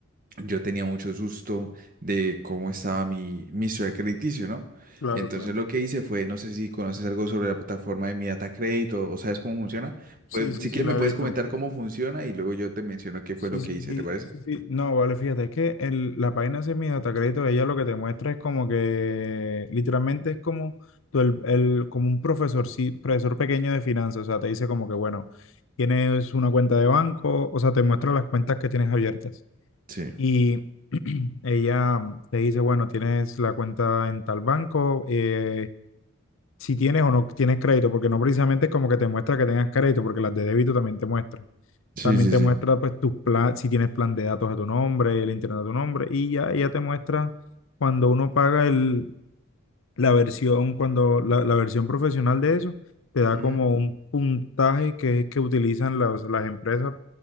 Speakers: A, on the right; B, on the left.
A: yo tenía mucho susto de cómo estaba mi, mi historial crediticio, ¿no?
B: Claro,
A: Entonces
B: claro.
A: lo que hice fue, no sé si conoces algo sobre la plataforma de mi data Credit o, o sabes cómo funciona.
B: Sí,
A: Pues
B: sí,
A: si
B: sí,
A: quieres
B: la
A: me
B: he
A: puedes
B: visto.
A: comentar cómo funciona y luego yo te menciono qué
B: Sí,
A: fue lo
B: sí,
A: que hice,
B: sí,
A: ¿te parece?
B: sí, sí. No, vale, fíjate, es que el- la página de mi data crédito, ella lo que te muestra es como que literalmente es como, tú el, el- como un profesor, sí, profesor pequeño de finanzas, o sea, te dice como que, bueno, tienes una cuenta de banco, o sea, te muestra las cuentas que tienes abiertas.
A: Sí,
B: Y <clears throat> ella te dice, bueno, tienes la cuenta en tal banco, eh, si tienes o no tienes crédito, porque no precisamente es como que te muestra que tengas crédito, porque las de débito también te muestran.
A: sí,
B: También
A: sí,
B: te
A: sí.
B: muestra pues tus plan, si tienes plan de datos a tu nombre, el internet a tu nombre, y ya, ya te muestra cuando uno paga el, la versión, cuando la, la versión profesional de eso, te da
A: Ujú.
B: como un puntaje que es que utilizan las, las empresas